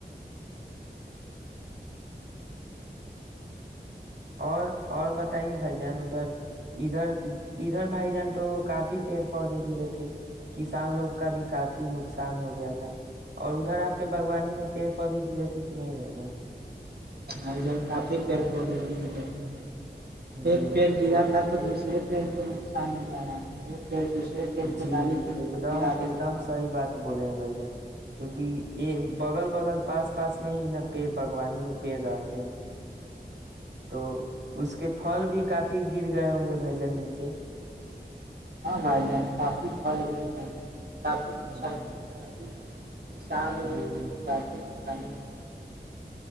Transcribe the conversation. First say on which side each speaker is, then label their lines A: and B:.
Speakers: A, on the right; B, on the right.
A: اور اور بتائیے بھائی جان ادھر ادھر ادھر بھائی جان تو کافی پیڑ پودے گرے تھے کسان لوگ کا بھی کافی نقصان ہو گیا تھا اور ادھر آپ کے باگوانی میں پیڑ پودے گرے تھے کہ نہیں بھائی جان
B: آائی جن کافی پیڑ پ ل لیے رہ تھ ایک
A: جی
B: پیڑ گرا تھا تو دوسرا صر پینٹ کو نقصان ہو جا رہا تھا وہ پیڑ دوسرے پیڑ کو
A: جی
B: ڈالی کو
A: ایک دم
B: گرا دے
A: ایک
B: رہا
A: دم
B: تھا
A: صحیح بات بولے ہیں بھائی جان کیونکہ یہ بغل بغل پاس پاس میں ہی نا پڑ باوانی میں پیڑ رہتے ہیں تو اس کے پھل بھی کافی گر گئے ہوں گے بھائی جان نیچے
B: ہاں بھائی ج کافی فل گئی ہے بھائی کافل
A: جی
B: مسانیے کافل کسان لوگوں
A: جی
B: کی تو کافی نصان ا <inaudible>